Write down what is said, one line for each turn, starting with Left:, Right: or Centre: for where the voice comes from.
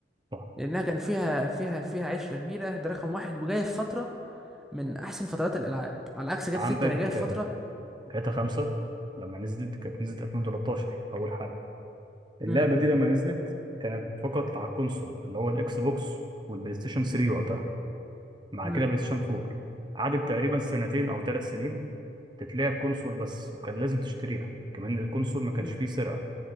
Right: صح
Centre: لانها كان فيها فيها فيها عشره كبيره ده رقم واحد وجايه في فتره من احسن فترات الالعاب على عكس جاتا
Right: عندك
Centre: ستة اللي جايه في
Right: آه،
Centre: فتره
Right: جاتا 5 لما نزلت كانت نزلت 2013 أول حاجة اللعبة
Centre: امم
Right: دي لما نزلت كانت فقط على الكونسول اللي هو الإكس بوكس والبلاي ستيشن 3 وقتها مع
Centre: امم
Right: كده بلاي ستيشن 4 قعدت تقريبا سنتين او ثلاث سنين تتلعب كونسول بس وكان لازم تشتريها كمان الكونسول ما كانش
Centre: امم
Right: فيه سرقة